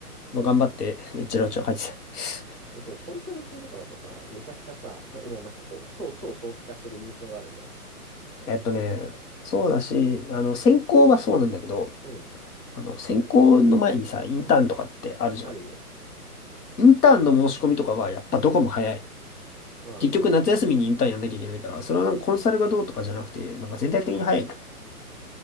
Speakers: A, on the left (about 75°); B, on the right (about 25°).
A: まあ、頑張って、一郎長書いてた。
B: え、そう、コンサル系とかだとさ、めちゃくちゃさ、はもうなんかこう、超超早期化してる印象があるんだよね。
A: えっとね、そうだし、あの、専攻はそうなんだけど、
B: うん。
A: あの、専攻の前にさ、インターンとかってあるじゃん。
B: あるね。
A: インターンの申し込みとかは、やっぱどこも早い。
B: まあ、
A: 結局夏休みにインターンやんなきゃいけないから、
B: そうね。
A: それはなんかコンサルがどうとかじゃなくて、なんか全体的に早い